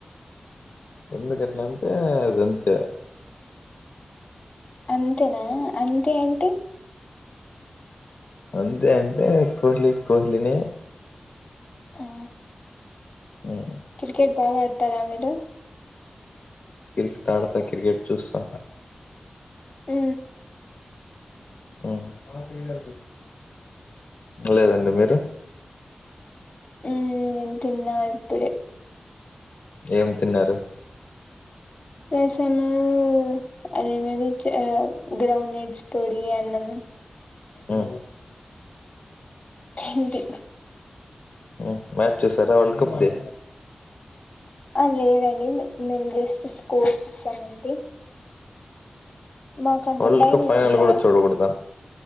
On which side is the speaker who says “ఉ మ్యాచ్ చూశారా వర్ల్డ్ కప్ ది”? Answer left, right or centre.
Left